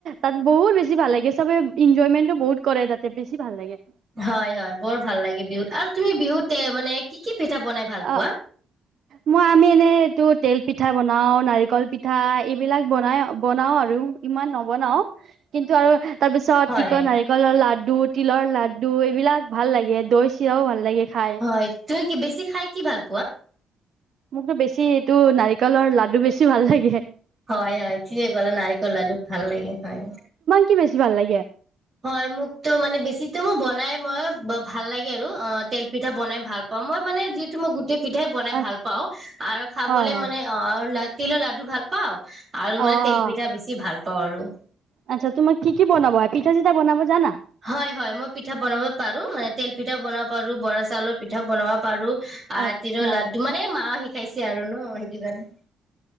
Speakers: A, on the right; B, on the right.
A: তাত বহুত বেছি ভাল লাগে। চবে ইনজয়মেণ্টো বহুত কৰে তাতে বেছি ভাল লাগে।
B: হয় হয় বৰ ভাল লাগে বিহুত আৰু তুমি বিহুত তে মানে কি কি পিঠা বনাই ভাল পোৱা?
A: অ মই আমি এনেই এইটো তেল পিঠা বনাও নাৰিকল পিঠা এইবিলাক বনাই বনাওঁ আৰু ইমান নবনাও কিন্তু আৰু তাৰপিছত
B: হয়
A: কি কয় নাৰিকলৰ লাডু লাডু তিলৰ লাডু এইবিলাক ভাল লাগে দৈ চিৰাও ভাল লাগে। খাই
B: হয় ত কি বেছি খাই কি ভাল পোৱা।
A: মোকতো বেছি এইটো নাৰিকলৰ লাডু বেছি ভাল লাগে।
B: হয় হয় ঠিকে কলা নাৰিকল লাডু ভাল লাগে হয়।
A: তো বেছি ভাল লাগে।
B: হয় মোকতো মানে বেছিটো মোৰ বনাই মই ভাল লাগে আৰু অ তেল পিঠা বনাই ভাল পাওঁ মই মানে যিহেতু মই গোটেই পিঠাই বনাই
A: আ-
B: ভাল পাওঁ আৰু খাবলে
A: হয় হয়
B: মানে অ তিলৰ লাডু ভাল পাও আৰু
A: অ
B: মানে তেল
A: অ
B: পিঠা বেছি ভাল ত আৰু
A: আচ্ছা তোমাক কি কি বনাব পিঠা চিঠা বনাব জানা।
B: হয় হয় মই পিঠা বনাব পাৰো মানে তেল পিঠাও বনাব পাৰো বৰা চাউলৰ পিঠা বনাব পাৰো আ
A: আচ্ছা
B: তিৰ লাড্ডু মানে মা শিকা ইছে আৰু ন সেইটো কাৰণে